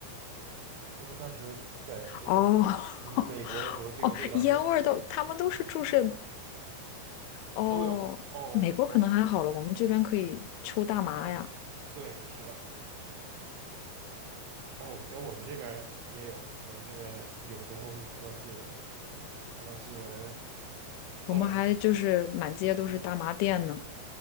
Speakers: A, on the right; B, on the left.
A: 我当时在那个
B: 哦
A: 嗯美国的时候，
B: <laughs>
A: 这个味道还是挺
B: 哦，烟味儿都，他们都是注射。哦，
A: 都有哦。
B: 美国可能还好了，
A: 我我
B: 我们这边可以抽大麻呀，
A: 对，是的，哦，在我们这边儿也有，我们这边儿有时候会看到新闻，会看到新闻
B: 我们还就是满街都是大麻店呢。
A: 到嗯，